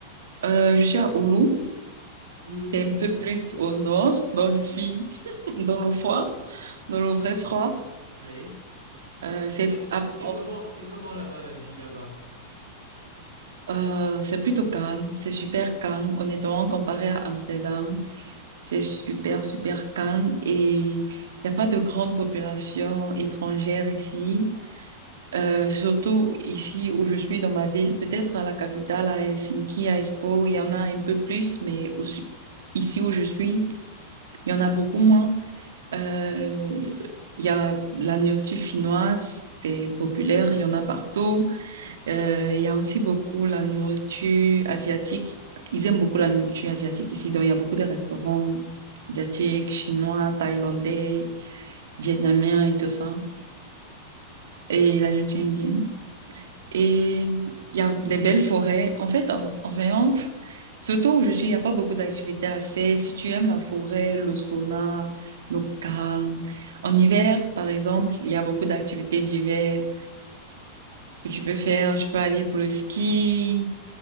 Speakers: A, on the right; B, on the right.
A: Euh, je suis à Oulu,
B: Oulu.
A: c'est un peu
B: D'accord.
A: plus au nord, donc je suis <laughs> dans le froid, dans le vrai froid.
B: Oui.
A: Euh,
B: Et
A: c'est
B: ça, et
A: à-
B: c'est c'est
A: en-
B: comment, c'est comment là-bas la vie là-bas?
A: euh, c'est plutôt calme, c'est super calme. Honnêtement, comparé à Amsterdam, c'est super, super calme et il n'y a pas de grande population étrangère ici. Euh, surtout ici où je suis dans ma ville, peut-être à la capitale, à Helsinki, à Espoo, il y en a un peu plus, mais aussi, ici où je suis, il y en a beaucoup moins. Euh, il y a la nourriture finnoise, c'est populaire, il y en a partout. Euh, il y a aussi beaucoup la nourriture asiatique. Ils aiment beaucoup la nourriture asiatique ici, donc il y a beaucoup de restaurants asiatiques, chinois, thaïlandais, vietnamiens et tout ça. Et
B: D'accord.
A: la nourriture indienne. Et il y a des belles forêts. En fait, en, en Finlande, surtout où je suis, il n'y a pas beaucoup d'activités à faire. Si tu aimes la forêt, le sauna, le calme. En hiver, par exemple, il y a beaucoup d'activités d'hiver que tu peux faire. Tu peux aller pour le ski.